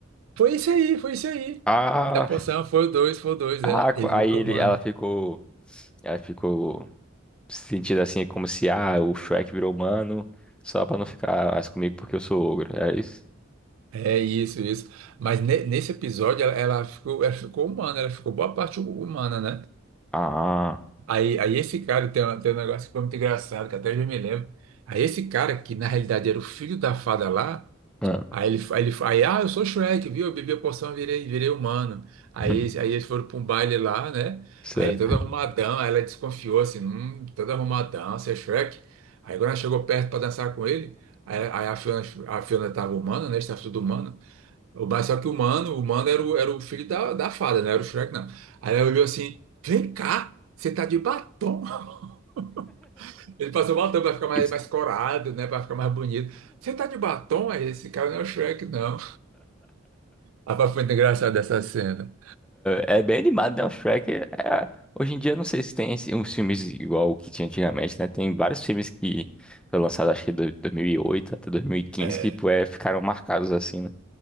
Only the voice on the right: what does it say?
Foi isso aí, foi isso aí.
Da porção foi o dois, foi o dois,
é.
Ele
virou
humano.
É isso, isso. Mas ne- nesse episódio ela, ela ficou, ela ficou humana, ela ficou boa parte humana, né?
Aí, aí esse cara tem, um- tem um negócio que foi muito engraçado, que até eu me lembro. Aí esse cara, que na realidade era o filho da fada lá.
Aí ele, aí ele, aí, ah, eu sou Shrek, viu? Eu bebi a poção, virei, virei humano. Aí,
eles- aí eles foram para um baile lá, né?
Aí todo arrumadão, aí ela desconfiou assim, hum, todo arrumadão, você é Shrek. Aí quando ela chegou perto para dançar com ele, aí, aí a Fiona, a Fiona tava humana, né? Estava tudo humano. O- Mas só que o humano, o humano era o, era o filho da, da fada, não era o Shrek, não. Aí ela olhou assim, vem cá, você tá de batom. <laughs> Ele passou batom para ficar mais,
mais corado, né? Para ficar mais bonito. Você tá de batom? Aí esse cara não é o Shrek, não. Rapaz, foi muito engraçado essa cena.
É,